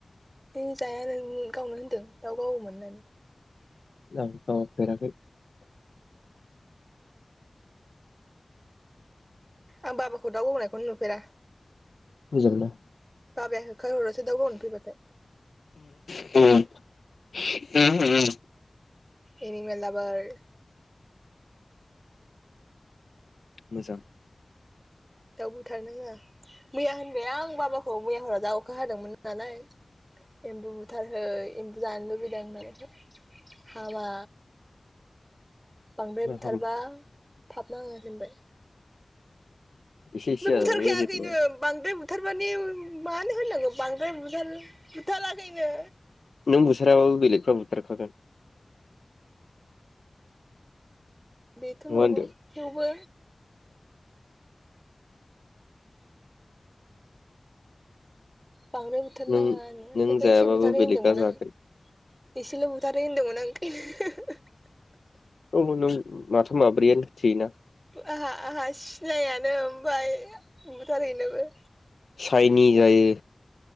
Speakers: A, on the right; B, on the left.
A: उम जाया नों गावनो होनदों दाउ गावोमोन होननानै
B: आं गावफेराखै
A: आं बाबाखौ दाव गावनायखौनो नुफेरा
B: मोजां मोना
A: बाबाया होखार हरोसो दाउ गावनो फैबाथाय
B: <unintelligible>
A: इनिमेल लाबार
B: मोजां
A: दाउ बुथारनो होआ मैया होनबाय आं बाबाखौ मैया हराव जा अखा हादोंमोन नालाय एम्बु बुथारहै एम्बु जानो लुबैदों होननानै हामा बांद्राय
B: नोंहा
A: बुथारबा फाब नाङो होनबाय
B: एसे एसे
A: बे बुथारखाया
B: जाजायो जेब्ला
A: खैनो बांद्राय बुथारबानि मानो होननांगौ बांद्राय बुथार बुथाराखैनो
B: नों बुथाराबाबो बेलेगफ्रा बुथारखागोन
A: बेथ'
B: नङा
A: नंगौ
B: होनदो
A: थेवबो बांद्राय बुथारनो
B: नों
A: नाङा होन
B: नों
A: ओंखायनोथ'
B: जायाबाबो
A: एसे बुथारहै
B: बेलेगा
A: होनदोंमोन
B: जागोन
A: आङो एसेल' बुथारहै होनदोंमोन नांखायनो <unintelligible>
B: औ नों माथाम माब्रियानो थैयो ना
A: आहा आहा सिनायानो ओमफाय बुथारहैनोबो
B: चाइनि जायो